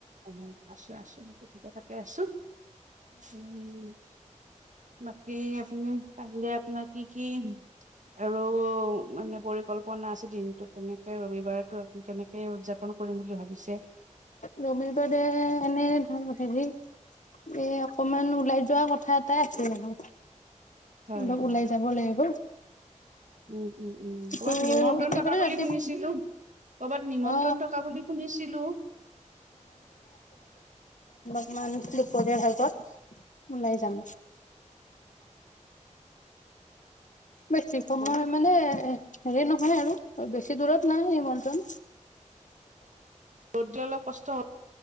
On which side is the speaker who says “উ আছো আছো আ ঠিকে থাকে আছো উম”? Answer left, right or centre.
Right